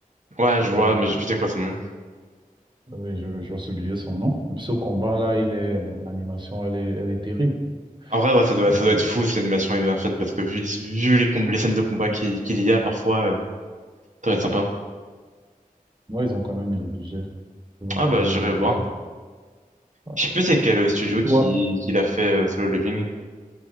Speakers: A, on the right; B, on the right.
A: Ouais, je
B: Euh,
A: vois, mais j'ai plus c'est quoi son nom.
B: oui, je, j'ai oublié son nom. Ce combat-là, il est, mais l'animation, elle est, elle est terrible.
A: En vrai, ouais, ça doit,
B: c'est
A: ça doit être fou si l'animation est bien faite parce que vu, vu les, com- les scènes de combat qu'il qu'il y a parfois, ouais, ça doit être sympa.
B: Ouais, ils ont quand même mis le budget. Ils ont
A: Ah
B: quand
A: bah,
B: même
A: j'irai
B: mis le
A: voir.
B: budget. Ouais.
A: Je sais plus c'est quel euh, studio
B: Et toi,
A: qui, qui l'a fait euh, Solo Leveling.